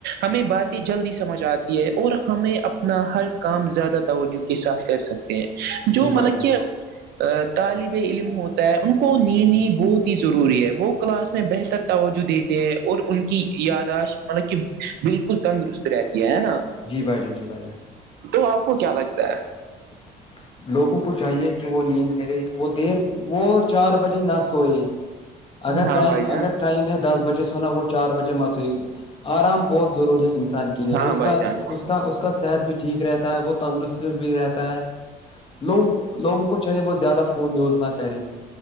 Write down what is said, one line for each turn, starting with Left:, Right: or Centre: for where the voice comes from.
Right: ہمیں باتیں جلدی سمجھ آتی ہے اور ہمیں اپنا ہر کام زیادہ توجہ کے ساتھ کر سکتے ہیں جو
Left: جی بھائی
Right: مطلب
Left: جان
Right: کہ طالب علم ہوتا ہے ان کو نیند ہی بہت ہی ضروری ہے وہ کلاس میں بہتر توجہ دیتے ہیں اور ان کی یاداشت مطلب کہ بالکل تندرست رہتی ہے نا
Left: جی بائی جان جی بائی جان
Right: تو آپ کو کیا لگتا ہے
Left: <unintelligible> لوگوں کو چاہیے کہ وہ نیند کررے وہ دیر وہ چار بجے نہ سوئے اگر
Right: ہاں
Left: ٹائم
Right: بھائی جان
Left: اگر ٹائم ہے دس بجے سےونا وہ چار بجے مت سے آرام بہت ضروری ہے انسان کے لیے
Right: ہاں
Left: اس کا
Right: بھائی جان
Left: اس کا اس کا صحت بھی ٹھیک رہتا ہے وہ تندرست بھی رہتا لوگوں کو لوگوں کو چاہے وہ زیادہ فون یوز نہ کریں